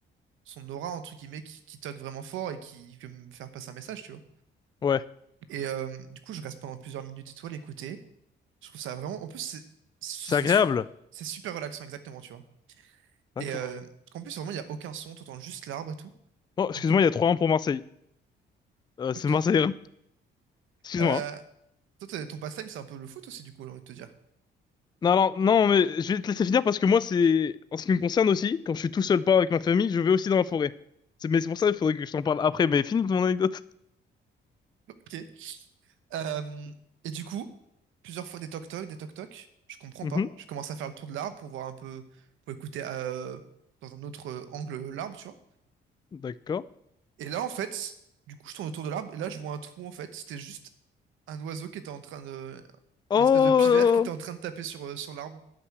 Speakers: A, on the right; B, on the left.
A: son aura entre guillemets qui, qui toque vraiment fort et qui peut me faire passer un message tu vois
B: Ouais.
A: et euh, du coup je reste pendant plusieurs minutes et toi l'écouter je trouve ça vraiment en plus c'est c'est
B: C'est agréable.
A: sup- c'est super relaxant exactement tu vois
B: D'accord.
A: et euh, en plus vraiment il y a aucun son t'entends juste l'arbre et tout
B: Oh, excuse-moi,
A: en plus
B: il y a trois 1 pour Marseille. Euh,
A: ok
B: c'est Marseille. hein. Excuse-moi.
A: euh,
B: hein.
A: toi t'as- ton pastime c'est un peu le foot aussi du coup j'ai envie de te dire
B: Non, alors, non, mais je vais te laisser finir parce que moi, c'est, en ce qui me concerne aussi, quand je suis tout seul pas avec ma famille, je vais aussi dans la forêt. C'est, mais c'est pour ça qu'il faudrait que je t'en parle après, mais finis ton anecdote. <laughs>
A: ok Euh, et du coup plusieurs fois des toc toc des toc toc je comprends
B: Mhm,
A: pas je commence à faire le tour de l'arbre pour voir un peu pour écouter euh, dans un autre euh, angle l'arbre tu vois
B: d'accord.
A: Et là, en fait, du coup, je tourne autour de l'arbre et là, je vois un trou, en fait. C'était juste un oiseau qui était en train de.
B: Oh,
A: Une espèce de pivert qui était en train de taper sur, euh, sur l'arbre,